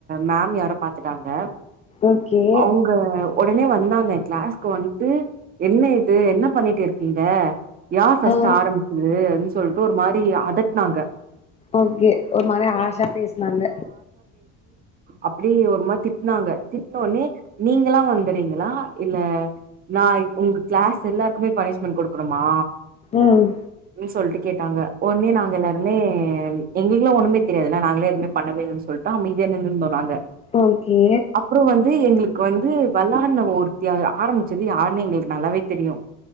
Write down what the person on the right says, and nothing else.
மேம் யாரோ பாத்துட்டாங்க
அவுங்க உடனே வந்தாங்க க்ளாஸ்க்கு வன்ட்டு என்ன இது என்ன பண்ணிட்டு இருக்கீங்க யாரு ஃபஸ்ட்
ஆரம்பிச்சது அப்டி சொ சொல்ட்டு ஒரு மாரி அ தட்னாங்க
அப்பிடி ஒரு மாரி திட்னாங்க திட்னோனே நீங்களா வந்துறீங்களா இல்ல நா உங்க க்ளாஸ் எல்லாருக்குமே பனிஷ்மெண்ட் கொடுக்கணுமா
னி சொல்ட்டு கேட்டாங்க ஒன்னே நாங் துமே எங்களுக்குல்லா ஒண்ணுமே தெரியாதுல்ல நாங்களே எதுவுமே பண்ணவே இல்லன் சொல்ட்டோ அமைதியா நின்னுருந்தோ நாங்க
அப்றோ வந்து எங்களுக் கு வந்து வல்லான்ன ஒருத்தி ஆரம்பிச்சது யார்னு எங்களுக்கு நல்லாவே தெரியும்